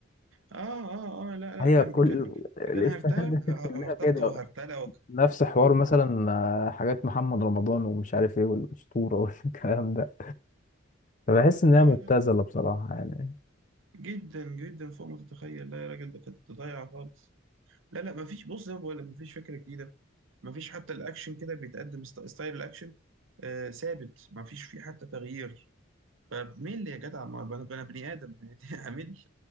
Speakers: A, on the right; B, on the left.
A: اه اه اه لا لا
B: هي
A: كان
B: كل
A: كان
B: <laughs> الافيهات
A: كان هرتقى
B: دي
A: هرتقى
B: كلها كده
A: وهرتلى وك...
B: نفس حوار مثلا آه، حاجات محمد رمضان ومش عارف ايه والاسطوره <laughs> والكلام ده فبحس ان هي
A: اه
B: مبتذله
A: لا لا
B: بصراحه يعني
A: جدا جدا فوق ما تتخيل لا يا راجل ده كانت ضايعه خالص لا لا مفيش بص زي ما بقول لك مفيش فكره جديده مفيش حتى الاكشن كده بيتقدم ست- ستايل الاكشن آه ثابت مفيش فيه حتى تغيير فبميل يا جدع ما انا أنا بني ادم يعني <laughs> اميل